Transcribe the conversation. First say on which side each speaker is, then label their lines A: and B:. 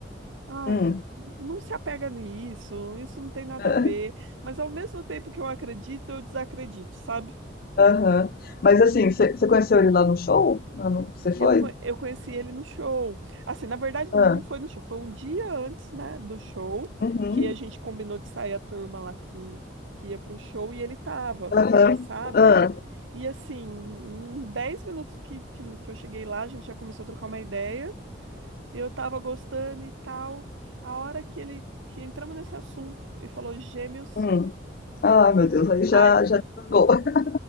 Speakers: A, on the right; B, on the left.
A: Ai,
B: hum.
A: não se apega nisso, isso não tem nada
B: ah,
A: a ver. Mas ao mesmo tempo que eu acredito, eu desacredito, sabe?
B: Aham. Mas assim, você você conheceu ele lá no show? Lá no- Você foi?
A: Eu, co- eu conheci ele no show. Assim, na verdade, não
B: Ah,
A: foi no show, foi um dia antes, né, do show,
B: uhum.
A: que a gente combinou de sair a turma lá que, que ia pro show e ele tava,
B: Aham.
A: sabe?
B: Ah,
A: E assim, em 10 minutos que, que, que eu cheguei lá, a gente já começou a trocar uma ideia. Eu tava gostando e tal. A hora que ele que entramos nesse assunto e falou gêmeos,
B: hum. Ah, meu Deus. Aí já,
A: ai,
B: já desandou. <laughs>